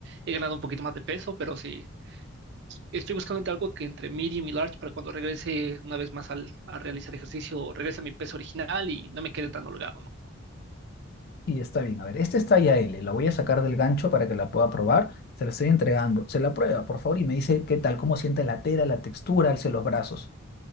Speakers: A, on the right; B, on the left.
A: he ganado un poquito más de peso, pero sí estoy buscando entre algo que entre medium y large para cuando regrese una vez más al, a realizar ejercicio, regrese a mi peso original y no me quede tan holgado, ¿no?
B: Y está bien, a ver, esta es talla L. La voy a sacar del gancho para que la pueda probar. Se la estoy entregando. Se la prueba, por favor, y me dice qué tal, cómo siente la tela, la textura, alce los brazos.